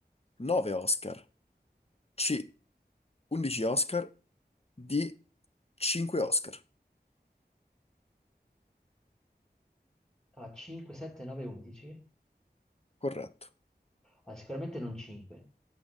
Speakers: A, on the left (about 35°); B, in the centre.
A: 9 Oscar. C. 11 Oscar. D. 5 Oscar.
B: Allora, 5, 7, 9, 11?
A: Corretto.
B: Allora, sicuramente non 5,